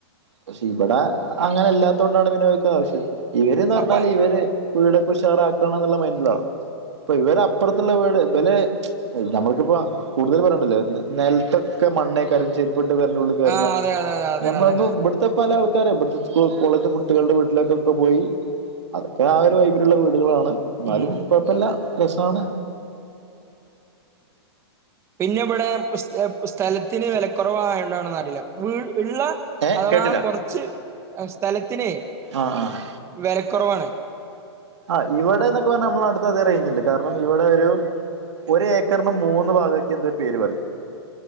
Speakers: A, on the right; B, on the right.
A: പക്ഷെ ഇവിടെ അങ്ങനെ അല്ലാത്ത കൊണ്ടാണ് വിനിയോഗിക്ക ആവശ്യം ഇവര്ന്ന്ർഞ്ഞാല്
B: അപ്പൊ
A: ഇവര് വീടൊക്കെ ഉഷാറാക്കണം ന്നുള്ള മൈൻഡിലാണ് പ്പൊ ഇവരെ അപ്പർത്തുള്ള വീട് വല് നമ്മൾക്കിപ്പോ കൂടുതൽ പറണ്ടല്ലോ നിലത്തൊക്കെ മണ്ണേ കരും ചേരിപ്പിട്ട് പെരന്റെ ഉള്ളിൽ കേറ്ണ
B: ആ അതെ അതെ അതെ അതന്നെ
A: ഞമ്മൾതു
B: അതന്നെ
A: ഇവിടുത്തെ പല ആൾക്കാര ഇവിടുത്തെ സ്കു കോളേജ്ത്തെ കുട്ടികളെ വീട്ടിലേക്കൊക്കെ പോയി അതൊക്കെ ആ ഒരു വൈബിലുള്ള വീടുകളാണ് ന്നാലും
B: ഉം
A: കൊഴപ്പല്ല രസാണ്
B: പിന്നെ ഇവിടെ സ്ഥ സ്ഥലത്തിന് വിലക്കുറവയൊണ്ടാണെന്ന്റിയില്ല ഇള്ളെ നല്ല
A: ഏഹ്
B: അഥവാ
A: കേട്ടില്ല
B: കൊറച്ച് സ്ഥലത്തിനെയ്
A: ആഹ് ആഹ്
B: വെലക്കൊറവാണ്
A: ഹാ ഇവടെന്നൊക്കെ പറഞ്ഞ നമ്മളനാട്ട്ത്തതേ റേഞ്ച്ണ്ട് കാരണം ഇവിടെ ഒരു ഒരേക്കർന് മൂന്ന് ഭാഗാക്ക്യന്തോ ഒരു പേര് പറിം.